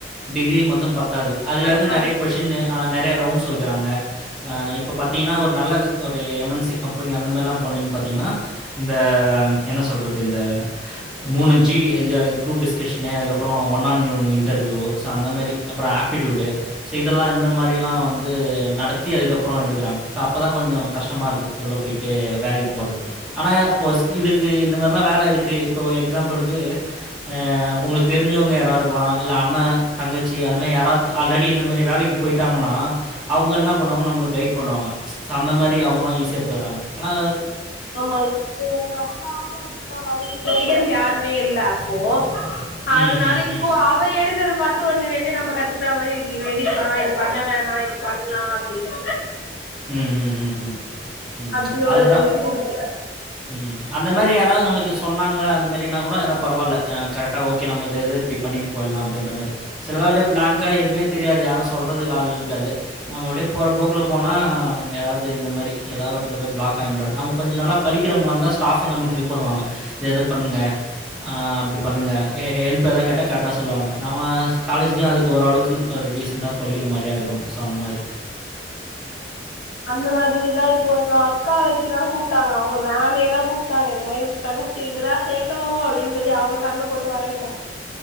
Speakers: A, in the centre; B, on the left (about 70°).
A: டிகிரி மட்டு பத் தாது அதுக்காக
B: பத்தாது
A: நெறைய கொஷினு ஆ நெறைய ரவுண்ட்ஸ் வைக்கிறாங்க. ஆ இப்போ பாத்தீங்கன்னா ஒரு நல்ல ஒரு எம் என் சி கம்பெனி அந்த மாரில்லா போனீங்கன்னு பாத்திங்கன்னா இந்த என்ன சொல்றது இந்த மூணு ஜி டி ஆ ஜ குரூப் டிஸ்கஷனு அதுக்கப்றோ one on U one interview so அந்த மாரி அப்பறோ ஆப்பிட்யூடு சோ இதெல்லா இந்த மாரில்லா வந்து நடத்தி அதுக்கப்புறோ எடுக்குறாங்க. சோ அப்பதா கொஞ்சோ கஷ்டமா இருக்கு உள்ள போயிட்டு வேலைக்கி போறது ஆனா ஒரு ஸ்கி இதுக்கு இந்த மார ல்லா வேல இருக்கு இப்ப வ எக்ஸாம்பிளுக்கு ஆ உங்களுக்கு தெரிஞ்சவங்க யா ரா இருக்கலா இல்ல அண்ண தங்கச்சி அது மாரி யாராவது ஆல்ரெடி இந்த மாரி வேலைக்கி போயிட்டாங்கன்னா அவு ங்க என்னா பண்ணுவாங்க நம்மள கைட் பண்ணுவாங்க. சோ அந்த மாரி அவங்கல்லா ஈஸியா போயர்றாங்க. ஆனா
B: ஆமா இப்போ யேன் அக்காவே அப்டிதா அவளுக்கு கைடன்ஸ் யாருமே இல்ல அப்போ. அதனால
A: ம் ம்
B: இப்போ
A: ம்
B: அவ எடு த்தத பாத்து ஒண்ணு ரெண்டு நம்ம கத்துக்குறா மாரி இருக்கு இது எடுக்லா இது பண்ண வேணா இது பண்லா அப்டின்னு.
A: ம் ம் ம் ம் ம்
B: அப்டி
A: அதுதா
B: ஒரு இது இருக்கு
A: ம் அந்த மாரி யாராவது நம்மளுக்கு சொன்னாங்க அது மாரின்னா கூட எதோ பரவால்ல ஆ கரெக்டா ஓகே நம்ம இத இத இப்டி பண்ணிட்டு போயர்லா அப்டின்ற மாரி சிலவாட்டி ப்ளாங்க்கா எதுமே தெரியாது யாரு சொல்றதுக்கு ஆள் இருக்காது. நம்ம அப்டியே போற போக்குல போ னா ஏதாவது இந்த மாரி எதா ஒரு எடத்துல போய் ப்ளாக் ஆகி நின்றோ. நம்ம கொஞ்ச நல்லா படிக்கிறவங்களா இருந்தா ஸ்டாஃபே நமக்கு ஹெல்ப் பண்ணுவாங்க. எத பண்ணுங்க ஆ அப்டி பண்ணுங்க ஹெ ஹெல்ப் எதா கேட்டா கரெக்டா சொல்வாங்க. நம்ம காலேஜ்லயு அதுக்கு ஓரளவுக்கு ஒரு டீசண்ட்டா படிக்கிற மாரியா இருக்கணு சோ அந்த மாரி
B: அந்த மாதிரிதா இப்போ எங்க அக்கா வச்சுதா கூப்ட்டாங்க அவங்களு மேமேதா கூப்ட்டாங்க இந்த மாரி கூப்ட்டாங்க சேரி இங்கதா சேக்கணு அப்டின்னு சொல்லி அவங்க சண்ட போட்டு வர வெச்சாங்க